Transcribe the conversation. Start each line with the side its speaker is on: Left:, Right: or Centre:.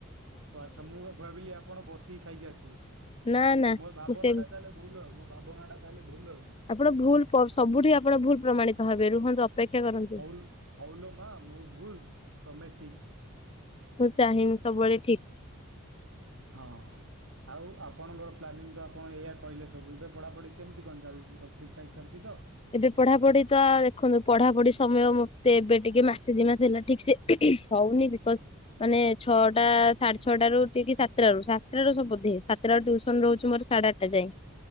Right: ଓ ଆଚ୍ଛା ମୁଁ ଭ ଭାବିଲି ଆପଣ ବସିକି ଖାଇକି ଆସିଲେ
Left: ନା ନା
Right: ମୋର ଭାବନାଟା
Left: ମୁଁ ସେ
Right: ତାହେଲେ ଭୁଲ ଆଉ ମୋ ଭାବନାଟା ତାହେଲେ ଭୁଲ ଆଉ।
Left: ଆପଣ ଭୁଲ ପ ସବୁଠି ଆପଣ ଭୁଲ ପ୍ରମାଣିତ ହେବେ ରୁହନ୍ତୁ ଅ ଅପେକ୍ଷା କରନ୍ତୁ।
Right: ହଉ ଲ୍ ହଉଲୋ ମା ମୁଁ ଭୁଲ ତମେ ଠିକ୍।
Left: ମୁଁ ଚାହିଁନି ସବୁବେଳେ ଠିକ୍।
Right: ହଁ। ଆଉ ଆପଣଙ୍କର ପ୍ଲାନିଂ ତ ଆପଣ ଏଇଆ କହିଲେ ସବୁ ଏବେ ପଢ଼ାପଢ଼ି କେମିତି କଣ ଚାଲିଛି ସବୁ ଠିକ୍ ଠାକ୍ ଚାଲିଛି ତ।
Left: ଏବେ ପଢାପଢି ତ ଦେଖନ୍ତୁ ପଢାପଢି ସମୟ ମତେ ଏବେ ଟିକେ ମାସେ ଦି ମାସ ହେଲା ଠିକ୍ ସେ ହଉନି ବିକଜ୍ ମାନେ ଛଅଟା ସାଢେ ଛଅଟାରୁ ଉଠିକି ସାତଟାରୁ ସାତଟା ରୁ ସବୁ ବୋଧେ ସାତ ଟାରୁ ଟିୟୁସନ ରହୁଛି ମୋର ସାଢେ ଆଠଟା ଯାଏଁ